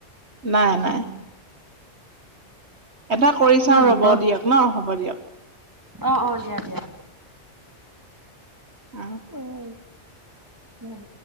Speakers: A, on the right (about 60°); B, on the right (about 15°).
A: নাই
B: উম,
A: নাই। এটা কৰি
B: কিবা
A: চাও ৰব
B: গোটৰ
A: দিয়ক ন হ'ব দিয়ক।
B: অ', অ' দিয়া হ'ব দিয়া।
A: অ
B: উম, উম,